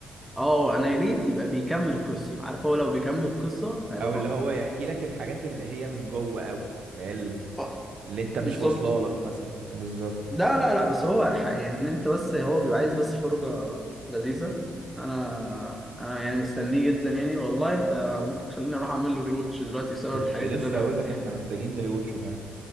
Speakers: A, in the centre; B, on the right.
A: اه انا يا ريت يبقى بيكمل القصه عارف هو لو بيكمل القصه هيبقى
B: او
A: تحفه
B: اللي هو يحكي لك الحاجات اللي هي من جوه قوي اللي هي
A: آه،
B: اللي انت مش
A: بالظبط
B: واصله لك مثلا بالظبط
A: لا لا لا بس هو ح- يعني إن انت بس هو بيبقى عايز بس فرجة لذيذة انا انا يعني مستنيه جدا يعني والله انت ممكن تخليني اروح اعمل له ريوتش دلوقتي بسبب
B: كنت
A: الحاجات
B: لسه
A: اللي انا
B: هقول لك احنا محتاجين نريوتشو فاهم